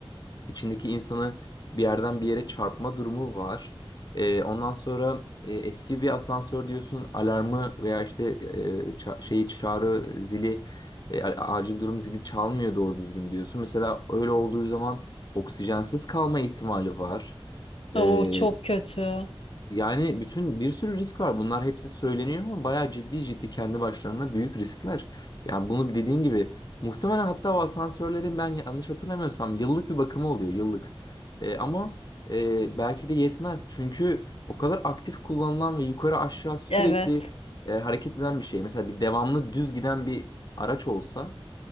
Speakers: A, on the left; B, on the left.
A: içindeki insanı bir yerden bir yere çarpma durumu var. Ee, ondan sonra e, eski bir asansör diyorsun alarmı veya işte e, ça- şeyi çağrı zili e, a- acil durum zili çalmıyor doğru düzgün diyorsun. Mesela öyle olduğu zaman oksijensiz kalma ihtimali var.
B: O
A: Ee,
B: çok kötü.
A: yani bütün bir sürü risk var. Bunlar hepsi söyleniyor ama bayağı ciddi ciddi kendi başlarına büyük riskler. Yani bunu dediğin gibi muhtemelen hatta o asansörlerin ben yanlış hatırlamıyorsam yıllık bir bakımı oluyor yıllık. E, ama e, belki de yetmez. Çünkü o kadar aktif kullanılan ve yukarı aşağı sürekli
B: Evet.
A: e, hareket eden bir şey. Mesela bir devamlı düz giden bir araç olsa